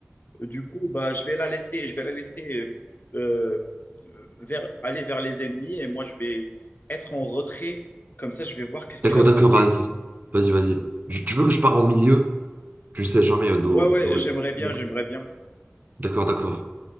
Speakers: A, on the left; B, on the right.
A: Du coup, bah je vais la laisser, je vais la laisser euh, euh, vers, aller vers les ennemis et moi je vais être en retrait. Comme ça, je vais voir qu'est-ce qui
B: D'accord,
A: va se
B: d'accord,
A: passer.
B: vas-y, vas-y, vas-y. Je- Tu veux que je pars en milieu? Tu sais jamais euh, d'où.
A: Ouais, ouais,
B: d'où
A: j'aimerais
B: il-
A: bien,
B: vient.
A: j'aimerais bien.
B: D'accord, d'accord.